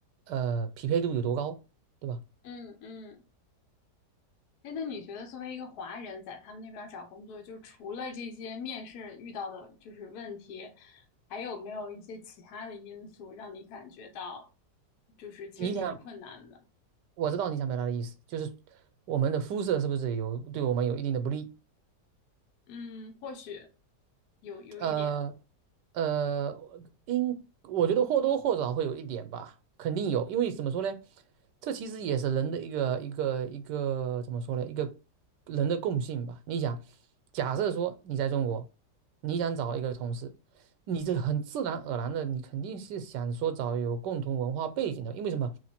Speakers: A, on the right; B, on the left.
A: 呃匹配度有多高，对吧？
B: 嗯嗯，哎，那你觉得作为一个华人，在他们那边儿找工作，就是除了这些面试遇到的就是问题，还有没有一些其他的因素让你感觉到，就是其实挺困难的？
A: 你想，我知道你想表达的意思，就是我们的肤色是不是有对我们有一定的不利，
B: 嗯，或许有有一点，
A: 呃呃，应我觉得或多或少会有一点吧，肯定有，因为怎么说呢，这其实也是人的一个一个一个怎么说呢，一个人的共性吧。你想，假设说你在中国，你想找一个同事，你这很自然而然的，你肯定是想说找有共同文化背景的，因为什么？